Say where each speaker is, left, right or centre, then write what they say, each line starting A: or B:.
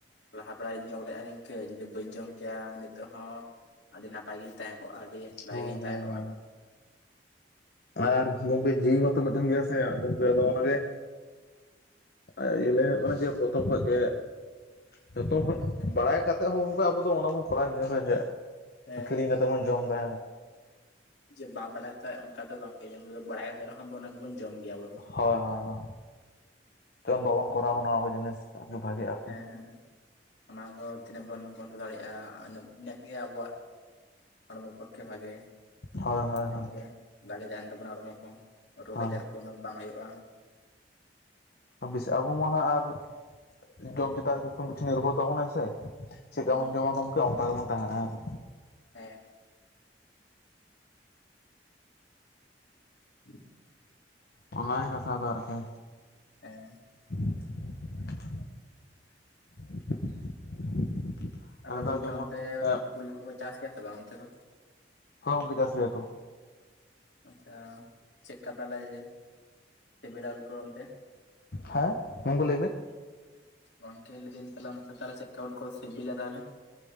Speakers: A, on the left; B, on the left.
A: ᱞᱟᱦᱟ ᱛᱟᱣ ᱤᱧ ᱡᱚᱢ ᱞᱮᱜᱼᱟ᱾ ᱱᱤᱝᱠᱟᱹ ᱡᱩᱫᱤ ᱵᱟᱹᱧ ᱡᱚᱢ ᱠᱮᱭᱟ ᱱᱤᱛᱚᱜ ᱦᱚᱸ ᱟᱹᱰᱤ ᱱᱟᱯᱟᱭ ᱜᱤᱧ ᱛᱟᱦᱮᱸ ᱠᱚᱜᱼᱟ᱾ ᱟᱹᱰᱤ ᱵᱷᱟᱹᱜᱤ
B: ᱦᱳᱭ
A: ᱜᱤᱧ
B: ᱦᱳᱭ
A: ᱛᱟᱦᱮᱸ ᱠᱚᱜᱼᱟ
B: ᱦᱳᱭ
A: ᱾
B: ᱟᱨ ᱜᱚᱝᱠᱮ ᱡᱤᱣᱤ ᱢᱟᱛᱚ ᱢᱤᱫᱴᱤᱱ ᱜᱮᱭᱟ ᱥᱮ ᱜᱚᱝᱠᱮ ᱟᱫᱚ ᱚᱱᱟ ᱜᱮ ᱟ ᱤᱭᱟᱹ ᱞᱟᱹᱭ ᱦᱳᱭᱳᱜ ᱠᱟᱱᱟ ᱡᱮ ᱯᱚᱛᱷᱚᱢ ᱠᱷᱚᱡ ᱜᱮ ᱡᱚᱛᱚ ᱠᱷᱚᱡ
A: <unintelligible>
B: ᱟᱭ ᱠᱟᱛᱮᱜ ᱦᱚᱸ ᱚᱝᱠᱟ, ᱟᱵᱚ ᱫᱚ ᱚᱱᱟ ᱵᱚᱱ ᱠᱚᱨᱟᱣ ᱜᱮᱭᱟ ᱥᱮ ᱡᱮ
A: ᱦᱮᱸ
B: ᱟᱠᱷᱨᱤᱧ ᱠᱟᱛᱮ ᱵᱚᱱ ᱡᱚᱢ ᱫᱟ᱾
A: ᱡᱮ ᱵᱟᱢ ᱵᱟᱰᱟᱭ ᱛᱟᱦᱮᱸ ᱚᱝᱠᱟ ᱫᱚ ᱵᱟᱝ ᱜᱮ ᱡᱮᱢ ᱵᱟᱲᱟᱭ ᱞᱮ ᱨᱮᱦᱚᱸ ᱵᱚᱱ ᱚᱱᱟ ᱠᱚᱵᱚᱱ ᱡᱚᱢ ᱜᱮᱭᱟ ᱵᱚᱱ᱾
B: ᱦᱚᱭ ᱦᱚ ᱦᱚ ᱛᱟᱹᱱ ᱵᱟᱵᱚᱱ ᱠᱚᱨᱟᱣ ᱢᱟᱱ ᱱᱚᱣᱟ ᱠᱚ ᱡᱤᱱᱤᱥ᱾ ᱵᱷᱟᱜᱮ ᱟ᱾
A: ᱦᱮᱸ ᱦᱮᱸ ᱚᱱᱟ ᱠᱚ ᱛᱤᱱᱟᱹᱜ ᱵᱚᱱ ᱵᱚᱱᱫᱚ ᱫᱟᱲᱮᱭᱟᱜᱼᱟ᱾ ᱟᱱᱟᱹᱜ ᱤᱱᱟᱹᱜ ᱜᱮ ᱟᱵᱚᱣᱟᱜ ᱦᱚᱲᱢᱚ ᱯᱚᱠᱠᱷᱮ ᱵᱷᱟᱜᱮ,
B: ᱦᱳᱭ ᱦᱳᱭ
A: ᱤᱱᱟᱹᱜ
B: ᱦᱳᱭ
A: ᱜᱮ ᱵᱷᱟᱜᱮ ᱛᱟᱦᱮᱱ ᱛᱟᱵᱚᱱᱟ ᱦᱚᱲᱢᱚ ᱠᱚ ᱨᱳᱜᱽ
B: ᱦᱮᱸ
A: ᱟᱡᱟᱨ ᱠᱚ ᱩᱱᱟᱹᱜ ᱵᱟᱝ ᱦᱳᱭᱳᱜᱼᱟ ᱾
B: ᱵᱤᱥ ᱟᱵᱚ ᱢᱟᱦᱟ ᱟᱜ ᱟᱨ ᱡᱚᱢ ᱪᱮᱛᱟᱱ ᱨᱮ ᱡᱚᱛᱷᱚᱢ ᱠᱤᱪᱷᱩ ᱱᱤᱨᱵᱷᱚᱨ ᱛᱟᱵᱚᱱᱟᱭ ᱥᱮ᱾ ᱪᱮᱜ
A: ᱦᱩᱸ
B: ᱠᱟ ᱵᱚᱱ ᱡᱚᱢᱟ ᱜᱚᱝᱠᱮ ᱚᱱᱠᱟ ᱜᱮᱵᱚᱱ ᱛᱟᱦᱮᱱᱟ ᱦᱮᱥᱮ᱾
A: ᱦᱮᱸ᱾ <inaudible>
B: ᱚᱱᱟ ᱜᱮ ᱠᱟᱛᱷᱟ ᱫᱚ ᱟᱨᱠᱤ᱾
A: <unintelligible>
B: <unintelligible>
A: ᱛᱟᱦᱚᱞᱮ ᱜᱚᱝᱠᱮ
B: ᱡᱮᱢᱚᱱ
A: ᱚᱱᱛᱮ
B: ᱦᱳᱭ
A: ᱩᱞ ᱠᱚᱠᱚ ᱪᱟᱥ ᱜᱮᱭᱟ ᱥᱮ ᱵᱟᱝ ᱚᱱᱛᱮ ᱫᱚ
B: ᱦᱳ ᱜᱚᱝᱠᱮ ᱪᱟᱥ ᱜᱮᱭᱟ ᱠᱚ᱾
A: ᱟᱪᱪᱷᱟ ᱪᱮᱫ ᱠᱟ ᱛᱟᱦᱞᱮ ᱡᱮ <unintelligible> ᱠᱚ ᱚᱱᱛᱮ?
B: ᱦᱮᱸ ᱜᱚᱝᱠᱮ ᱞᱟᱹᱭ ᱵᱤᱱ ᱾
A: ᱜᱚᱢᱠᱮ ᱞᱟᱹᱭ ᱮᱫᱟᱹᱧ ᱛᱟᱦᱞᱮ ᱚᱱᱛᱮ ᱛᱟᱦᱞᱮ ᱪᱮᱜᱠᱟ ᱩᱞ ᱠᱚ ᱥᱤᱵᱤᱞᱟ ᱛᱟᱦᱚᱞᱮ?